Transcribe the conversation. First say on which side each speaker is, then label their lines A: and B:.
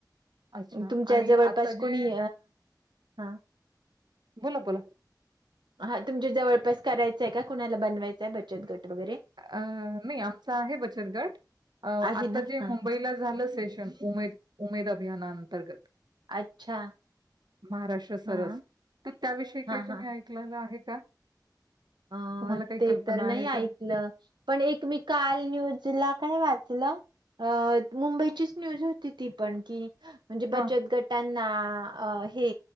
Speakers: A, on the right; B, on the right.
A: अच्छा
B: तुमच्या
A: आणि
B: जवळपास
A: आता
B: कोणी
A: जे
B: ह
A: बोला बोला.
B: हा तुमच्या जवळपास करायचंय का कुणाला बनवायचंय बचत गट? वगैरे
A: अ नई आमच आहे बचत गट, अ
B: आहे
A: आता
B: ना
A: जे
B: हा
A: मुंबईला झालं सेशन उमेद उमेदा अभियाना अंतर्गत
B: अच्छा
A: महाराष्ट्र सरस
B: हा
A: त त्याविषयी
B: हा
A: काही
B: हा
A: तुम्ही ऐकलेलं आहे. <unintelligible>
B: अ
A: तुम्हाला काही
B: ते
A: कल्पना
B: तर नाही
A: आहे
B: ऐकलं
A: का?
B: पण एक मी काल न्यूज ला काय वाचलं अ मुंबईचीच न्यूज होती ती पण की म्हणजे
A: हां.
B: बचत गटान् ना अ हे